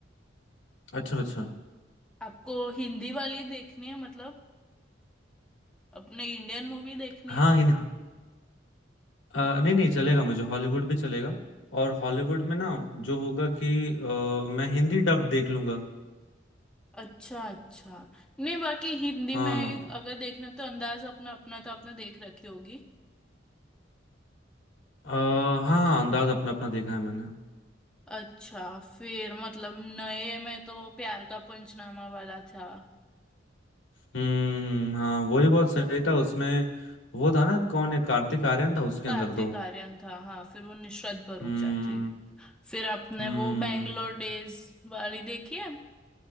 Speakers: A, on the left; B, in the centre.
A: अच्छा अच्छा
B: आपको हिंदी वाली देखनी है मतलब अपने इंडियन मूवी देखनी
A: हाँ
B: है
A: हिन अ, नहीं नहीं चलेगा मुझे हॉलीवुड भी चलेगा और हॉलीवुड में ना जो होगा कि अ, मैं हिंदी डब देख लूंगा
B: अच्छा अच्छा नहीं बाकी हिंदी
A: हाँ
B: में अगर देखना तो अंदाज अपना अपना तो आपने देख रखी होगी
A: अ, हाँ अंदाज अपना अपना देखा है मैंने
B: अच्छा फिर मतलब नए में तो प्यार का पंचनामा वाला था
A: हम्म हाँ वो ही बहुत सही था उसमें वो था ना कौन है कार्तिक आर्यन था उसके
B: कार्तिक
A: अंदर तो
B: आर्यन था हाँ फिर वो निशरत भरूचा
A: हम्म
B: थी फिर आपने
A: हम्म
B: वो बैंगलोर डेज वाली देखी है